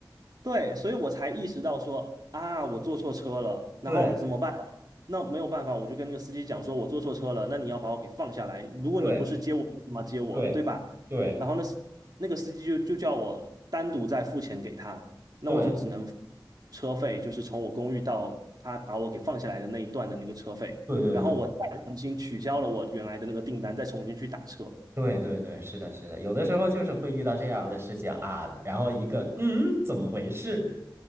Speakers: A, on the right; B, on the right.
A: 对，所以我才意识到说啊，我坐错车了，然后怎么办呢那没有办法，
B: 对
A: 我就跟那个司机讲说，我坐错车了，那你要把我给放下来。如果你不是接我，
B: 对
A: 你干嘛接我，
B: 对对
A: 对吧？然后那司那个司机就就叫我单独再付钱给他，那我就只能付
B: 对
A: 车费，就是从我公寓到他把我给放下来的那一段的那个车费，
B: 对对对。
A: 然后我再重新取消了我原来的那个订单，再重新去打车。
B: 对对对，是的，是的，有的时候就是会遇到这样的事情啊，然后一个嗯，怎么回事？